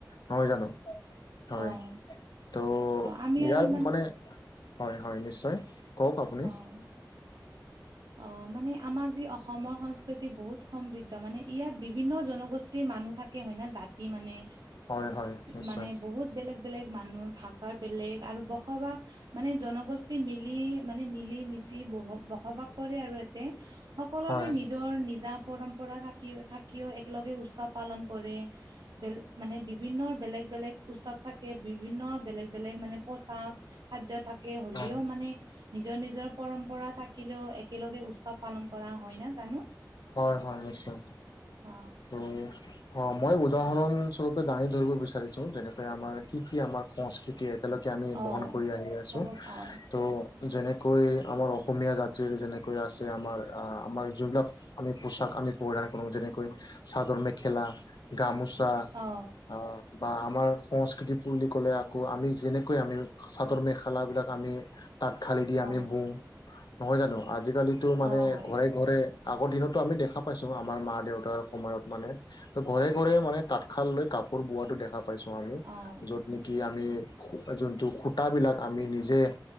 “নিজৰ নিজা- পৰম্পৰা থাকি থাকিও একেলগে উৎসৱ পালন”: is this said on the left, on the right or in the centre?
Right